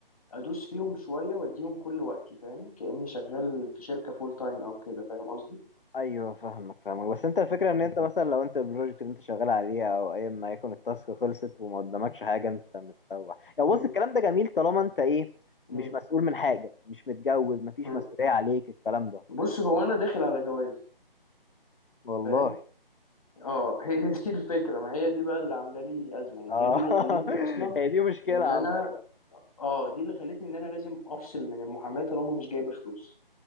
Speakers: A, on the left; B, on the left.
A: ادوس فيهم شويه واديهم كل وقتي فاهم كاني شغال في شركه فول تايم او كده فاهم قصدي
B: ايوه فاهمك فاهمك بس انت الفكره ان انت مثلا لو انت البروجكت اللي انت شغال عليه او اي ما يكون التاسك خلصت وما قدامكش حاجه انت متسوح يعني
A: مم.
B: بص الكلام ده جميل طالما انت ايه
A: مم.
B: مش مسؤول من حاجه مش متجوز مفيش
A: مم.
B: مسؤوليه عليك الكلام ده
A: بص هو انا داخل على جواز
B: والله
A: فاهم اه <laughs> هي دي الفكره ما هي دي بقى اللي عامله لي ازمه يعني
B: اه
A: هي دي اللي
B: <laughs>
A: خلتني اصلا
B: هي دي مشكله
A: ان
B: عامه
A: انا اه دي اللي خلتني ان انا لازم افصل من المحاماه طالما مش جايبه فلوس